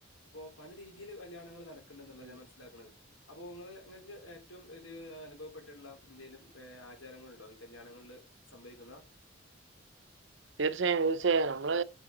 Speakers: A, on the left; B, on the right.
A: ഇപ്പൊ പല രീതിയില് കല്യാണങ്ങള് നടക്കണ്ടെന്നുള്ള
B: ഉം.
A: ഞാൻ മനസ്സിലാക്കണത് അപ്പൊ ഇങ്ങള് ഇങ്ങക്ക് ഏറ്റവും ഒരു അനുഭവപ്പെട്ടിട്ടുള്ള എന്തേലും ആചാരങ്ങളുണ്ടോ ഈ കല്യാണങ്ങളില് സംഭവിക്കുന്ന
B: തീർച്ചയായും തീർച്ചയായും നമ്മള്